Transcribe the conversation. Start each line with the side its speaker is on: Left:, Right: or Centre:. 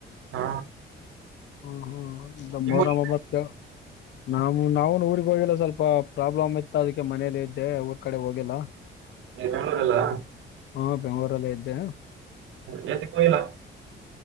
Right: ಹಾ
Left: ಹ್ಮ ಹ್ಮ್
Right: ನಿಮ್ಮೂರಲ್ಲಿ
Left: ಮೊಹರಂ ಬತ್ತೆ. ನಾಮು ನಾವುನು ಊರ್ಗ್ ಹೋಗಿಲ್ಲ ಸ್ವಲ್ಪ ಪ್ರಾಬ್ಲಮ್ ಇತ್ತದಕ್ಕೆ ಮನೇಲಿದ್ದೆ ಊರ್ ಕಡೆ ಹೋಗೀಲ್ಲ.
Right: ಏನ್ಕಾಣದಿಲ್ಲ.
Left: ಹುಂ ಬೆಂಗಳೂರಲ್ಲೇ ಇದ್ದೆ.
Right: ಯಾತಿಕ್ಕೊಯಿಲಾ?